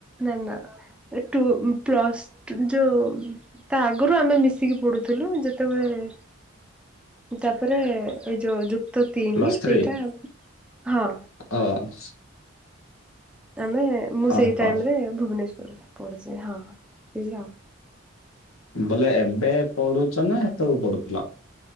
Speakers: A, in the centre; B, on the left.
A: ନାଁ ନାଁ ଏଠୁ ଉଁ ପ୍ଲସ ଟୁ ଯୋଉ ତା ଆଗୁରୁ ଆମେ ମିଶିକି ପଢ଼ୁଥୁଲୁ ଯେତୋବେଳେ ତାପରେ ଏଇ ଯୋଉ ଯୁକ୍ତ ତିନି
B: ପ୍ଲସ୍
A: ସେଇଠା
B: ଥ୍ରୀ
A: ହଁ।
B: <unintelligible>
A: ମେ ମୁଁ ସେଇ
B: ଓହୋ
A: ଟାଇମରେ ଭୁବନେଶ୍ୱର ପଢୁଛି ହଁ ହଁ ସେଇଆ ଆଉ।
B: ବୋଲେ ଏବେ ପଢୁଛ ନା ହେତୋ ବୋଳୁକୁ ପଢୁଥୁଲା।